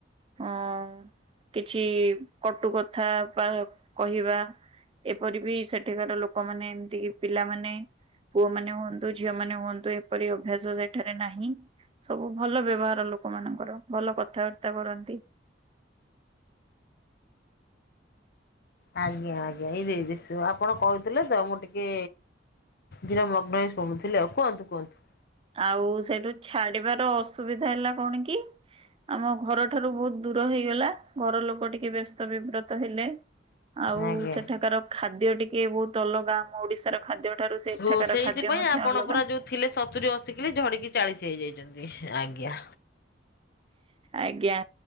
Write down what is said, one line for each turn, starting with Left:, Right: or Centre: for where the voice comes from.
Right: ଅ କିଛି କଟୁ କଥା ପ୍ରାୟ କହିବା। ଏପରି ବି ସେଠିକାର ଲୋକମାନେ ଏମିତି କି ପିଲାମାନେ ପୁଅ ମାନେ ହୁଅନ୍ତୁ ଝିଅ ମାନେ ହୁଅନ୍ତୁ ଏପରି ଅଭ୍ୟାସ ସେଠାରେ ନାହିଁ। ସବୁ ଭଲ ବ୍ୟବହାର ଲୋକ ମାନଙ୍କର ଭଲ କଥାବାର୍ତ୍ତା କରନ୍ତି।
Left: ଆଜ୍ଞା ଆଜ୍ଞା। ଏଇ ଦେଇଦେଇସି ସ ଆପଣ କଇଥିଲେ ତ ମୁଁ ଟିକେ ଧିର ମଗ୍ନ ହେଇ ଶୁଣୁଥିଲି ଆଉ। କୁଅନ୍ତୁ କୁଅନ୍ତୁ?
Right: ଆଉ ସେଇଠୁ ଛାଡିବାର ଅସୁବିଧା ହେଲା କଣ କି ଆମ ଘରଠାରୁ ବୋହୁତ୍ ଦୂର ହେଇଗଲା। ଘର ଲୋକ ଟିକେ ବ୍ୟସ୍ତ ବିବ୍ରତ ହେଲେ। ଆଉ
Left: ଆଜ୍ଞା।
Right: ସେଠାକାର ଖାଦ୍ୟ ଟିକେ ବୋହୁତ୍ ଅଲଗା। ଆମ ଓଡିଶାର ଖାଦ୍ୟ ଠାରୁ ସେ ସେଠାକାର
Left: ଓ ସେଇଥିପାଇଁ
Right: ଖାଦ୍ୟ ମଧ୍ୟ
Left: ଆପଣ
Right: ଅଲଗା।
Left: ପୁରା ଯୋଉ ଥିଲେ ସତୁରି ଅଶି କିଲେ, ଝଡିକି ଚାଳିସି ହେଇଯାଇଛନ୍ତି। ଆଜ୍ଞା।
Right: ଆଜ୍ଞା।